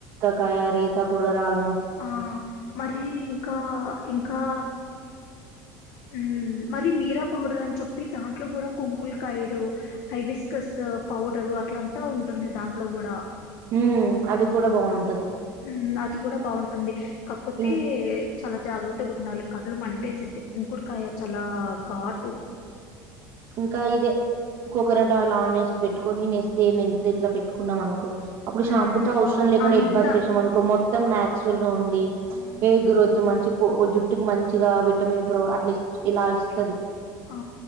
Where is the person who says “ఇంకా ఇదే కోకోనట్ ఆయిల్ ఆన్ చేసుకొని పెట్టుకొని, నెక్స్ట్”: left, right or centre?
Right